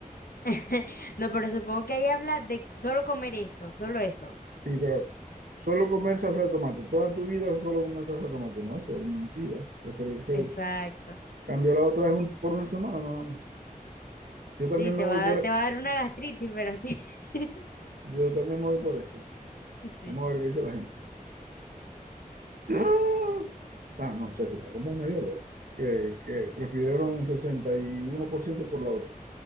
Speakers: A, on the left (about 85°); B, on the right (about 80°).
A: <laughs> No, pero supongo que ahí habla de solo comer eso, solo eso.
B: Sí, pero solo comer salsa de tomate, toda tu vida solo comer salsa de tomate, no, eso no es vida. Preferirse,
A: Exacto.
B: cambio la otra es un- por una semana nada más. Yo
A: Sí,
B: también
A: te
B: me voy
A: va
B: por,
A: a, dar-
B: e,
A: te va a dar una gastritis, pero sí. <laughs>
B: yo también me voy por esa.
A: Sí.
B: Vamos a ver qué dice la gente. ¡Ah! Ah, no sé, tú estás como medio loco. Que, que prefirieron un 61% por ciento por la otra.